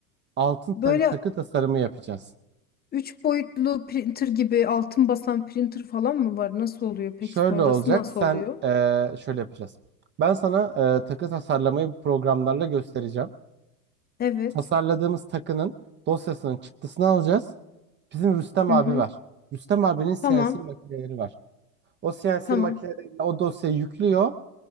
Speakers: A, on the right; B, on the left.
A: altın ta-
B: Böyle
A: takı tasarımı yapacağız.
B: Üç boyutlu printer gibi altın basan printer falan mı var? Nasıl oluyor? Peki
A: Şöyle
B: sonrası
A: olacak,
B: nasıl
A: sen
B: oluyor?
A: eee, şöyle yapacağız. Ben sana eee, takı tasarlamayı programlarla göstereceğim.
B: Evet.
A: tasarladığımız takının dosyasının çıktısını alacağız. Bizim Rüstem
B: Hı
A: abi
B: hı.
A: var. Rüstem abinin
B: Tamam.
A: CNC makineleri var. O CNC
B: Tamam.
A: makineleriyle o dosyayı yüklüyor.